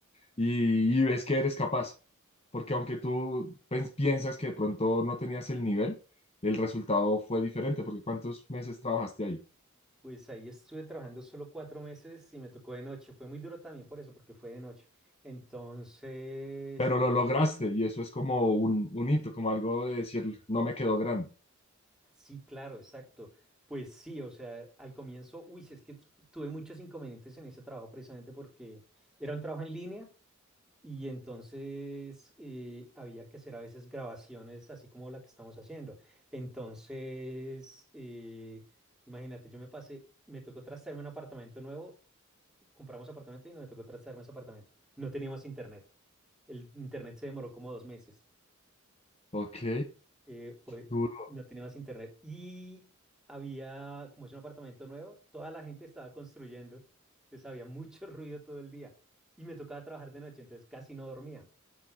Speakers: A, on the left; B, in the centre.
A: y, y ves que eres capaz. Porque aunque tú pens- piensas que de pronto no tenías el nivel, el resultado fue diferente, porque ¿cuántos meses trabajaste ahí?
B: Pues ahí estuve trabajando solo cuatro meses y me tocó de noche. Fue muy duro también por eso, porque fue de noche. Entonces,
A: Pero lo lograste y eso es como un, un hito, como algo de decir, no me quedó grande.
B: Sí, claro, exacto. Pues sí, o sea, al comienzo, uy, sí, es que tu- tuve muchos inconvenientes en ese trabajo precisamente porque era un trabajo en línea y entonces eh, había que hacer a veces grabaciones así como la que estamos haciendo. Entonces, eh, imagínate, yo me pasé, me tocó trastearme un apartamento nuevo, compramos apartamento y no me tocó trastearme ese apartamento. No teníamos internet. El internet se demoró como dos meses
A: Ok,
B: eh, pues
A: duro.
B: no tenía más internet. Y había, como es un apartamento nuevo, toda la gente estaba construyendo. Entonces había mucho <laughs> ruido todo el día. Y me tocaba trabajar de noche, entonces casi no dormía.